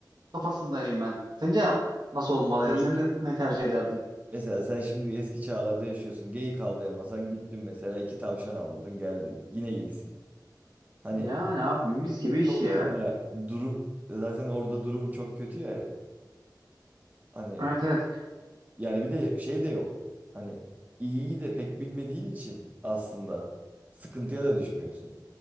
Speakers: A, on the right (about 65°); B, on the right (about 20°).
A: kafasındayım ben. Sence nasıl olmalı
B: Tabii.
A: ya? Sen ne, ne tercih ederdin?
B: Mesela sen şimdi eski çağlarda yaşıyorsun. Geyik avlayamasan gittin mesela iki tavşan avladın geldin. Yine iyisin. Hani
A: Yani abi mis gibi iş
B: çok
A: ya.
B: mesela durum zaten orada durum çok kötü ya hep. Hani
A: Evet evet.
B: yani bir de şey de yok. Hani iyiyi de pek bilmediğin için aslında sıkıntıya da düşmüyorsun.